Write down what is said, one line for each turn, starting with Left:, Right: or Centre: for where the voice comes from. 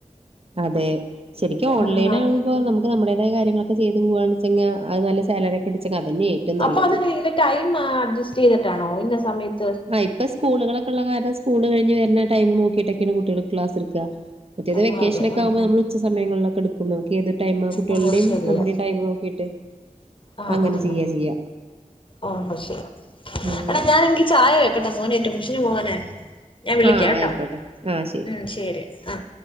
Right: അതെ ശരിക്കും
Left: ആഹ്
Right: ഓൺലൈൻ ആവുമ്പോ നമുക്ക് നമ്മുടേതായ കാര്ങ്ങളൊക്കെ ചെയ്ത് പോകാണ് വെച്ചെങ്കി അത് നല്ല സാലറി പിടിച്ചക അതന്നെ ഏറ്റവും നല്ലത്.
Left: അപ്പൊ അത് ഇങ്ങനെ ടൈം അഡ്ജസ്റ്റ് ചെയ്തിട്ടാണോ ഇന്നെ സമയത്ത്
Right: ആഹ് ഇപ്പ സ്കൂളുകളൊക്ക ഉള്ള കാരണം സ്കൂള് കഴിഞ് വരുന്ന ടൈം നോക്കിയിട്ടൊക്കെയാണ് കുട്ടികൾ ക്ലാസ്ടുക്കുക പറ്റേത്
Left: ആഹ്
Right: വക്കേഷനൊക്കെ
Left: അതെ ആഹ്
Right: ആവുമ്പോ നമ്മള് ഉ സമയങ്ങളിലക്കെ എടുക്കും അപ്പ നമുക്ക് ഏത് ടൈം കുട്ടികളുടെയും
Left: ആഹ് ഓ ശരിയാ
Right: നമ്മുടെയും ടൈം നോക്കിയിട്ട്
Left: ആഹ്
Right: അങ്ങനെ
Left: ആഹ്
Right: ചെയ്യാ ചെയ്യാ.
Left: ഓ ശരി
Right: ആഹ്
Left: എടാ ഞാനെങ്കി ചായ വെ- ക്കട്ടെ മോന് ട്യൂഷന് പോവാനെ ഞാൻ വിളിക്ക
Right: ആഹ്
Left: കേട്ടോ
Right: ആയിക്കോട്ടെ ആഹ് ശരി.
Left: ഉം ശെരി ആഹ്